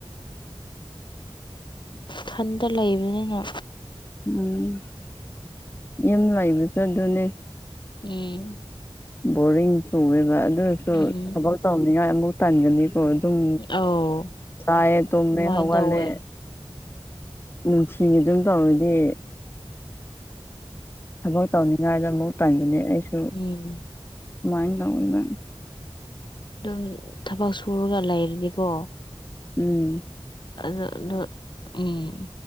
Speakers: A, on the left (about 50°); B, on the left (about 20°).
A: ꯏꯊꯟꯇ ꯂꯩꯕꯅꯤꯅ
B: ꯎꯝ ꯌꯨꯝ ꯂꯩꯕꯁꯨ ꯑꯗꯨꯅꯦ
A: ꯎꯝ
B: ꯕꯣꯔꯤꯡ ꯆꯨꯌꯦꯕ ꯑꯗꯨ ꯑꯣꯏꯔꯁꯨ
A: ꯎꯝ
B: ꯊꯕꯛ ꯇꯧꯅꯤꯡꯉꯥꯏ ꯑꯃꯨꯛ ꯇꯟꯒꯅꯤ ꯍꯣꯏ ꯑꯗꯨꯝ
A: ꯑꯧ
B: ꯆꯥꯏꯑꯦ ꯇꯨꯝꯃꯦ
A: ꯑꯗꯨꯃꯥꯏꯅ
B: ꯍꯧꯒꯠꯂꯦ
A: ꯇꯧꯋꯦ
B: ꯅꯨꯡꯇꯤꯒꯤ ꯑꯗꯨꯝ ꯇꯧꯔꯗꯤ ꯊꯕꯛ ꯇꯧꯅꯤꯉꯥꯏꯗ ꯑꯃꯨꯛ ꯇꯟꯒꯅꯤ ꯑꯩꯁꯨ
A: ꯎꯝ
B: ꯀꯃꯥꯏꯅ ꯇꯧꯋꯤꯕ
A: ꯑꯗꯨꯝ ꯊꯕꯛ ꯁꯨꯔꯒ ꯂꯩꯔꯗꯤ ꯀꯣ
B: ꯎꯝ
A: ꯑꯗꯨ ꯑꯗꯨ ꯎꯝ